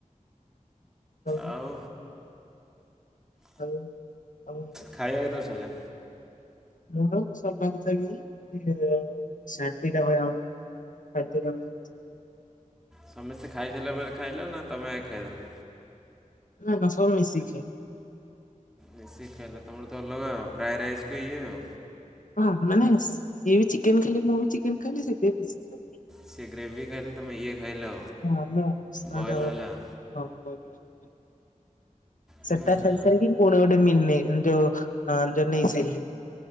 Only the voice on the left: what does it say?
ସବୁ
<inaudible>
<unintelligible>
ନା ନା ସବୁ ମିଶିକି ଖାଲୁ।
ହଁ ମାନେ ସିଏ ବି ଚିକେନ ଖାଇଲେ ମୁଁ ବି ଚିକେନ ଖାଇଲି ସେଥିପାଇଁ ମିଶିକି ଖାଇଲୁ।
ହଁ ମୁଁ ସ-
ଯୋଉ
ହଁ ବଏଲ୍ ବାଲା।
ସେଟା
ଖାଇସାରିକି ପୁଣି ଗୋଟେ ମିଲ ନେଇଗଲି ଯୋଉ ହଁ ଯୋଉ ନେଇ ସାରିଲିଣୀ।